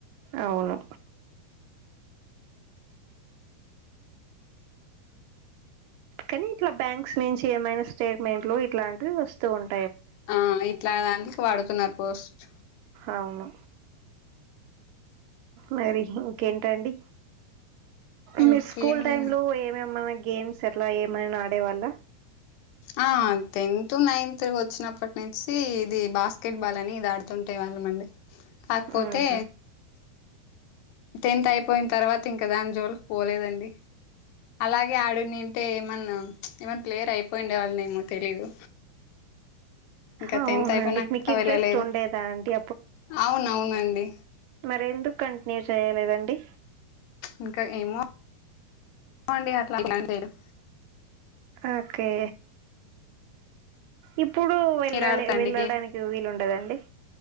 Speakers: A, on the right (about 80°); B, on the left (about 80°).
A: అవును కనీ ఇట్లా బ్యాంక్స్ నుంచి ఏమైనా స్టేట్మెంట్లు ఇట్లాంటివి వస్తూ ఉన్
B: ఆ ఇట్లా దానికి వాడుతున్నరు పోస్ట్
A: అవును మరి ఇగ్ ఇంకేంటండి
B: ఇంకేముంది
A: మీ స్కూల్ టైమ్ లో ఏమేమన్నా గేమ్స్ అట్లా ఏమైన ఆడే వాళ్ల
B: ఆ టెన్త్ నైన్త్ వచ్చినప్పటి నుంచి ఇది బాస్కెట్ బాల్ అని ఇది ఆడుతుంటె వాళ్ళమండి కాక్పోతే
A: ఉహు
B: టెన్త్ అయిపోయిన్తర్వాత ఇంకా దాని జోలికి పోలేదండి అలాగే ఆడుంనింటే ఏమన్నా ఏమన్న ప్లేయర్ అయిపోయిండే వాల్నేమో తెలీదు ఇంక
A: అవునండి
B: టెన్త్ అయిపోయినాక
A: మీకు ఇంట్రెస్ట్
B: వెళ్ళలేదు
A: ఉండేదా అండి
B: అవునవునండి
A: మరెందుకు కంటిన్యూ చేయలేదండి
B: ఇంక ఏమో అండి అట్ల <unintelligible>
A: ఓకే ఇప్పుడు వెళ్ళలె
B: మీరు ఆడతాండి
A: వెళ్ళడానికి వీలుండద అండి